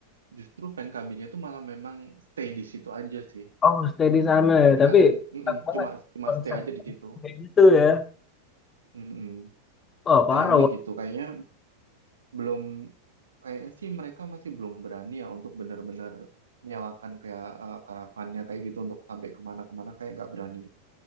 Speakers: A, on the right; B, on the left.
A: justru fan cabinnya tuh malah memang stay di situ aja sih.
B: Oh, stay di sana ya.
A: Jadi
B: Tapi
A: kalian mm-mm,
B: enak banget
A: cuma cuma
B: konsep
A: stay aja di situ.
B: kayak gitu ya.
A: Mm-mm.
B: Oh, parah.
A: Sayangnya
B: Wak.
A: gitu kayaknya belum kayaknya sih mereka masih belum berani ya untuk benar-benar nyewakan kayak eh, karavannya kayak gitu untuk sampai kemana-kemana kayak nggak berani.